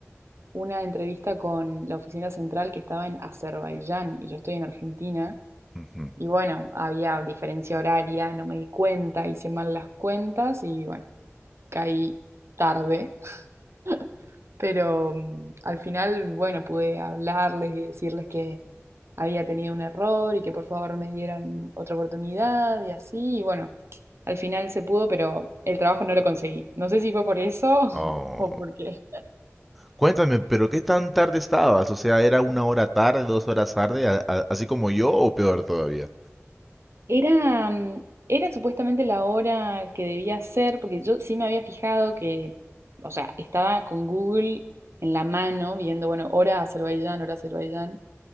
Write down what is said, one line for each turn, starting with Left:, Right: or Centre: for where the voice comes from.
Right: una entrevista con la oficina central que estaba en Azerbaiyán y yo estoy en Argentina.
Centre: ujú.
Right: Y bueno, había diferencia horaria, no me di cuenta, hice mal las cuentas y bueno, caí tarde. <laughs> Pero mm, al final, bueno, pude hablarles y decirles que había tenido un error y que por favor me dieran otra oportunidad y así. Y bueno, al final se pudo, pero el trabajo no lo conseguí. No sé si fue por eso <laughs>
Centre: Oh.
Right: o por qué.
Centre: Cuéntame, pero ¿qué tan tarde estabas? O sea, ¿era una hora tarde, dos horas tarde, a- a- así como yo o peor todavía?
Right: Era, mm, era supuestamente la hora que debía ser, porque yo sí me había fijado que, o sea, estaba con Google en la mano viendo, bueno, hora Azerbaiyán, hora Azerbaiyán,